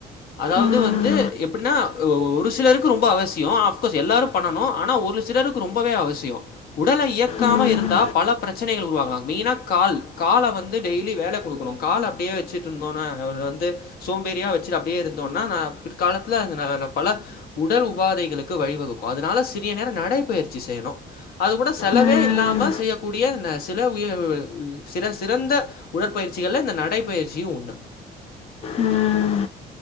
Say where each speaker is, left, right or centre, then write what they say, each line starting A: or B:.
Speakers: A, on the left; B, on the left.
A: அதாவ்து
B: ம்.
A: வந்து எப்டினா ஒ ஒரு சிலருக்கு ரொம்ப அவசியோ அஃப்கோஸ் எல்லாரு பண்ணனு ஆனா ஒரு சிலருக்கு ரொம்பவே அவசியோ உடல இயக்காம
B: ம்.
A: இருந்தா பல பிரச்சனைகள் உருவாகலா மெயினா கால் கால வந்து டெய்லி வேல குடுக்கணு கால அப்டியே வெச்சிட்டுருந்தோனா அவர் வந்து சோம்பேறியா வெச்சுடு அப்டியே இருந்தோனா நா பிற் காலத்துல அது ந பல உடல் உபாதைகளுக்கு வழிவகுக்கு அதுனால சிறிய நேர நடைபயிற்சி செய்யணு அது கூட செலவே
B: ம்.
A: இல்லாம செய்யகூடிய நச் சில உய அ சில சிறந்த உடற்பயிற்சிகள்ல இந்த நடைபயிற்சியு ஒன்னு
B: ம்